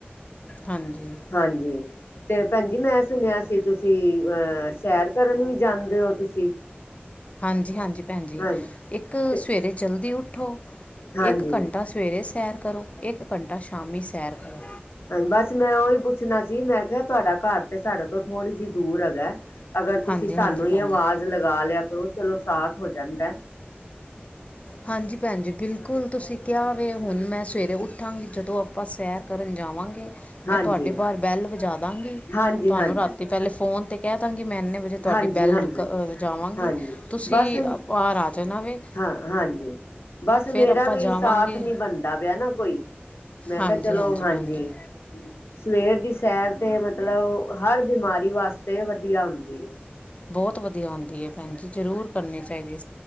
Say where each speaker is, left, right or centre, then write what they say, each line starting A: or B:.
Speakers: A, on the left; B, on the left.
A: ਹਾਂਜੀ।
B: ਹਾਂਜੀ। ਤੇ ਭੈਣਜੀ, ਮੈਂ ਸੁਣਿਆ ਸੀ ਤੁਸੀਂ, ਅਹ, ਸੈਰ ਕਰਨ ਵੀ ਜਾਂਦੇ ਓ ਤੁਸੀਂ?
A: ਹਾਂਜੀ-ਹਾਂਜੀ ਭੈਣ ਜੀ,
B: ਹਾਂਜੀ
A: ਇੱਕ
B: ਤੇ
A: ਸਵੇਰੇ ਜਲਦੀ ਉੱਠੋ
B: ਹਾਂਜੀ
A: ਇੱਕ ਘੰਟਾ ਸਵੇਰੇ ਸੈਰ ਕਰੋ, ਇੱਕ ਘੰਟਾ ਸ਼ਾਮੀ ਸੈਰ ਕਰੋ।
B: ਹਾਂ, ਬਸ ਮੈਂ ਓਹੀ ਪੁੱਛਣਾ ਸੀ, ਮੈਂ ਕਿਆ ਤੁਆਡਾ ਘਰ ਤੇ ਸਾਡੇ ਤੋਂ ਥੋੜੀ ਜੀ ਦੂਰ ਹੈਗਾ। ਅਗਰ ਤੁਸੀਂ
A: ਹਾਂਜੀ-ਹਾਂਜੀ
B: ਸਾਨੂੰ
A: ਭੈਣ
B: ਈ ਆਵਾਜ਼
A: ਜੀ
B: ਲਗਾ ਲਿਆ ਕਰੋ, ਚਲੋ ਸਾਥ ਹੋ ਜਾਂਦਾ।
A: ਹਾਂਜੀ ਭੈਣ ਜੀ, ਬਿਲਕੁਲ ਤੁਸੀਂ ਕਿਆ ਵੇ, ਹੁਣ ਮੈਂ ਸਵੇਰੇ ਉੱਠਾਂਗੀ ਜਦੋਂ ਅਪਾਂ ਸੈਰ ਕਰਨ ਜਾਵਾਂਗੇ,
B: ਹਾਂਜੀ,
A: ਮੈਂ ਤੁਆਡੇ ਬਾਹਰ ਬੈਲ ਵਜਾਦਾਂਗੀ।
B: ਹਾਂਜੀ,
A: ਤੁਆਨੂੰ
B: ਹਾਂਜੀ,
A: ਰਾਤੀ ਪਹਿਲੇ ਫੋਨ ਤੇ ਕੈਦਾਂਗੀ, ਮੈਂ ਇੰਨੇ ਵਜੇ ਤੁਆਡੀ
B: ਹਾਂਜੀ,
A: ਬੈੱਲਕ
B: ਹਾਂਜੀ।
A: ਵਜਾਵਾਂਗੀ,
B: ਹਾਂਜੀ
A: ਤੁਸੀਂ
B: ਬਸ
A: ਬਾਹਰ ਆ ਜਾਨਾ ਵੇ।
B: ਹਾਂ ਹਾਂਜੀ, ਬਸ
A: ਫਿਰ
B: ਮੇਰਾ
A: ਆਪਾਂ
B: ਵੀ
A: ਜਾਵਾਂਗੇ
B: ਸਾਥ ਨੀ ਬਣਦਾ ਪਿਆ ਨਾ ਕੋਈ। ਮੈਂ
A: ਹਾਂਜੀ-ਹਾਂਜੀ
B: ਕਿਆ ਚਲੋ, ਹਾਂਜੀ।
A: ਭੈਣ ਜੀ
B: ਸਵੇਰ ਦੀ ਸੈਰ ਤੇ ਮਤਲਬ ਹਰ ਬਿਮਾਰੀ ਵਾਸਤੇ ਵਦੀਆ ਹੁੰਦੀ ਏ।
A: ਬਹੁਤ ਵਦੀਆ ਹੁੰਦੀ ਐ ਭੈਣ ਜੀ, ਜ਼ਰੂਰ ਕਰਨੀ ਚਾਈਦੀ ਐ